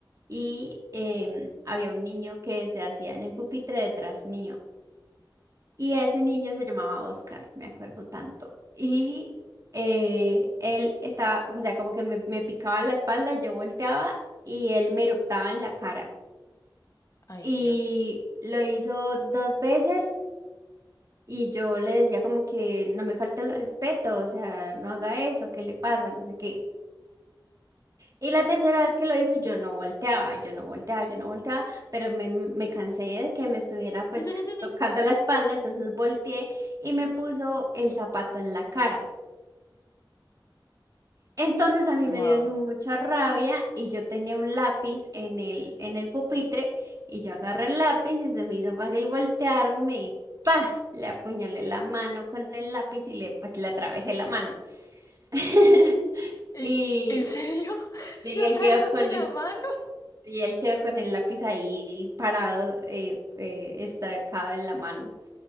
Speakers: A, on the right (about 45°); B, on the left (about 45°).
A: y em, había un niño que se hacía en el pupitre detrás mío. Y ese niño se llamaba Oscar, me acuerdo tanto. Y eh, él estaba, o sea, como que me, me picaba la espalda, yo volteaba y él me eruptaba en la cara.
B: Ay,
A: Y
B: Dios.
A: lo hizo dos veces y yo le decía como que no me falta el respeto, o sea, no haga eso, ¿qué le pasa? No sé qué. Y la tercera vez que lo hizo, yo no volteaba, yo no volteaba, yo no volteaba, pero me, me cansé de que me estuviera pues
B: <laughs>
A: <laughs> tocando la espalda, entonces volteé y me puso el zapato en la cara. Entonces a mí
B: Wow.
A: me dio eso mucha rabia y yo tenía un lápiz en el, en el pupitre y yo agarré el lápiz y se me hizo fácil voltearme y ¡pa! Le apuñalé la mano con el lápiz y le pues le atravesé la mano. <laughs>
B: ¿En,
A: Y,
B: en serio? <laughs>
A: y
B: ¿Se atravesaste
A: él quedó con
B: la mano?
A: Y él quedó con el lápiz ahí parado, eh, eh, estracado en la mano.